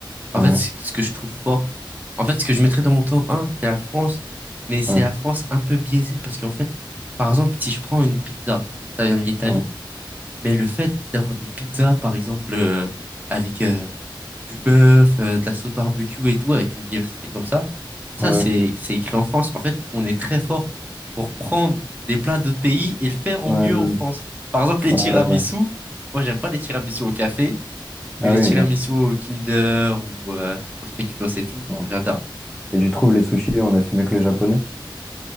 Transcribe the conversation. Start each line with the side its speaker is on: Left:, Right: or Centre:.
Right: En
Centre: Ouais,
Right: fait, ce ce que je trouve fort, en fait, ce que je mettrais dans mon top un, c'est la France, mais c'est
Centre: ouais,
Right: la France un peu biaisée parce qu'en fait, par exemple, si je prends une pizza, ça vient de l'Italie,
Centre: ouais,
Right: mais le fait d'avoir des pizzas, par exemple, euh, avec euh, du bœuf, euh, de la sauce barbecue et tout, avec une diversité comme ça, ça,
Centre: ouais,
Right: c'est, c'est écrit en France. En fait, on est très fort pour prendre des plats d'autres pays et le faire
Centre: ouais,
Right: au mieux
Centre: ouais,
Right: en France. Par exemple, les
Centre: ouais,
Right: tiramisu.
Centre: ouais.
Right: Moi, j'aime pas les tiramisu au café.
Centre: Ah
Right: Mais les
Centre: oui,
Right: tiramisu
Centre: ok.
Right: au Kinder ou euh, au Spéculoos et tout,
Centre: Ouais.
Right: j'adore.
Centre: Et tu trouves les sushis, on a fait mieux que les Japonais?